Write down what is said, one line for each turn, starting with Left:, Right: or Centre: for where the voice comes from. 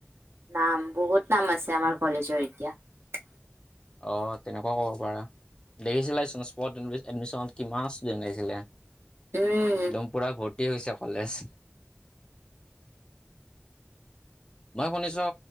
Right: নাম বহুত নাম আছে আমাৰ কলেজৰ এতিয়া <unintelligible>
Left: অ' তেনেকুৱা হ'ব দেখিছিল এডমিশনত কিমান ষ্টুডেণ্ট লিছিলে
Right: উম
Left: <unintelligible> দমপুৰা ভোট। হৈছে কলেজ <unintelligible> মই শুনিছ,